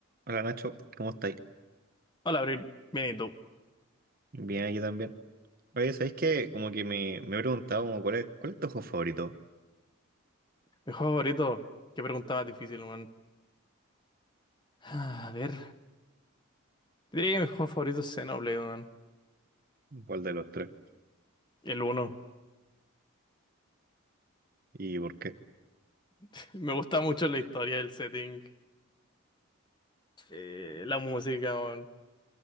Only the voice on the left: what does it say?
Hola, Abril. Bien, ¿y tú?
Mi juego favorito. Qué pregunta más difícil, man. Ah, A ver. Diría que mi juego favorito es Xenoblade, man.
El uno.
<laughs> Me gusta mucho la historia, el setting, eh, la música, man.